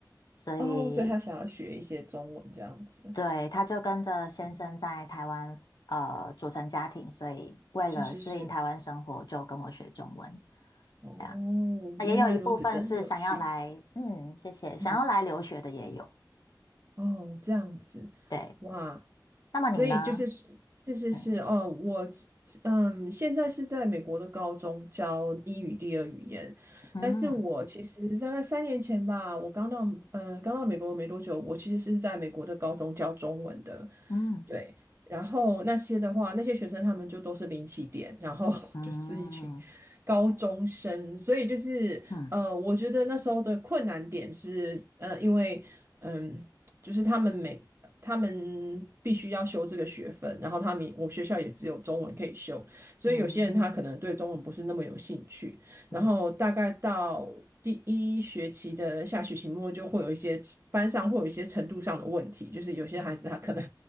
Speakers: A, on the left; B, on the right.
A: 所以
B: 哦，所以他想要学一些中文这样子。
A: 对他就跟着先生在台湾呃组成家庭，
B: 嗯，
A: 所以为了适应台湾生活，
B: 是是是，
A: 就跟我学中文。
B: 哦，
A: 对啊，也有一部分是想要来，
B: 原来如此，真的很有趣。
A: 嗯，谢谢，想要来留学的也有。
B: 嗯，哦，这样子，
A: 对，
B: 哇，
A: 那么你呢？
B: 所以就是是是是哦，
A: 嗯
B: 我嗯，现在是在美国的高中教英语第二语言，
A: 嗯
B: 但是我其实大概三年前吧，我刚到呃刚到美国没多久，我其实是在美国的高中教中文的，
A: 嗯
B: 对，然后那些的话，那些学生他们就都是零起点，然后 <laughs>
A: 嗯
B: 就是一群高中生，所以就是呃，
A: 嗯嗯。
B: 我觉得那时候的困难点是呃，因为。嗯。就是他们每他们必须要修这个学分，然后他们我学校也只有中文可以修，所以有些人他可能对中文不是那么有兴趣，
A: 嗯
B: 然后大概到第一学期的下学期末就会有一些班上会有一些程度上的问题，
A: 嗯
B: 就是有些孩子他可能
A: 嗯